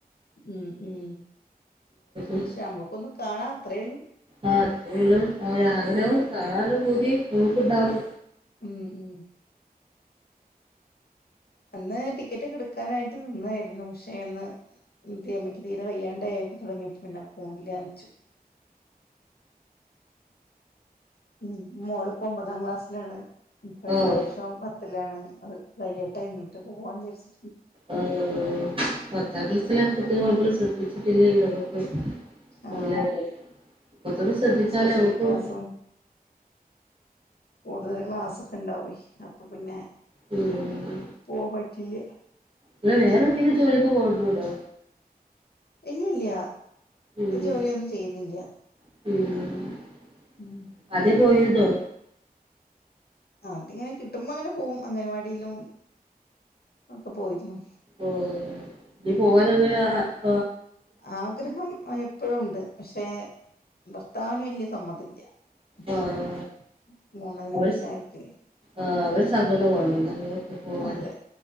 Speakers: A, on the left; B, on the right.
A: ഉം ഉം
B: ഉം
A: ക്ഷേ നമ്മക്കൊന്ന് കാണാം അത്രേള്ളൂ.
B: ആഹ് അത്രേള്ളൂ <unintelligible> കാണാനൊരു പൂതി നമുക്കുണ്ടാവും.
A: ഉം ഉം അന്ന് ടിക്കറ്റൊക്കെട്ക്കാനായിട്ട് നിന്നെരുന്നു പക്ഷേ അന്ന് ഉം തീ അമ്മയ്ക്ക് തീരെ വയ്യാണ്ടായൊക്കെ തൊടങ്ങിയപ്പോ പിന്നെ പോണില്ലാന്നെച്ചു ഉം മോള്പ്പോ ഒമ്പതാം ക്ലാസ്സിലാണ് ഇപ്പടുത്ത
B: ഓഹ്
A: വർഷം പ ത്തിലാണ് അതൊക്കെ കഴിയട്ടെ ഇന്നെട്ട് പോവാചാരിച്ച്
B: ആഹ് പത്താം ക്ലാസ്സിലാക്കിട്ട് നമ്മള് ശ്രദ്ധിച്ചിട്ടില്ലേ നമ്മക്ക്
A: ആഹ്
B: ഓലവിടെ ഇപ്പത്തന്നെ ശ്രദ്ധിച്ചാലവക്കും
A: സ്പെഷ്യൽ ക്ലാസ്സും കൂടുതല് ക്ലാസ്സൊക്കെണ്ടാവേ അപ്പൊ പിന്നെ
B: ഉം
A: പോവാപറ്റില്ല.
B: ഇങ്ങള് വേറെന്തേലും ജോലിക്ക്‌ പോവ്ന്നുണ്ടോ?
A: ഇല്ലില്ല്യ
B: ഉം
A: ഇപ്പ ജോലിയൊന്നും ചെയ്യ്ന്നില്ല.
B: ഉം
A: ഉം
B: ആദ്യം പോയിരുന്നോ?
A: ആദ്യങ്ങനെ കിട്ടുമ്പങ്ങനെ പോവും അംഗനവാടിലും ഒക്ക പോയിരുന്നു.
B: ഓഹ് ഇനി പോവാനുള്ളെ ആ
A: ആഗ്രഹം എപ്പഴുണ്ട് പക്ഷേ ഭർത്താവിന് വെല്ല്യ സമ്മതല്ല്യ <unintelligible>
B: ആഹ് അവര് ആഹ് അവരെ സമ്മതം വേണം <unintelligible> പോവാന്.
A: അതെ